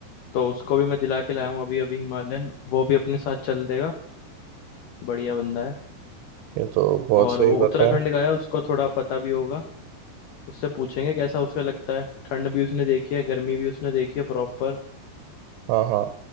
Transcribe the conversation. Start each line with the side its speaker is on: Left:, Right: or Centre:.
Left: तो उसको भी मैं दिला के लाया हूँ अभी अभी हिमालयन वो भी अपने साथ चल देगा बढ़िया बंदा है
Right: ये तो बहुत
Left: और
Right: सही
Left: वो उत्तराखंड
Right: बात है
Left: का है उसको थोड़ा पता भी होगा उससे पूछेंगे कैसा उसका लगता है ठंड भी उसने देखी है गर्मी भी उसने देखी है प्रॉपर
Right: हाँ हाँ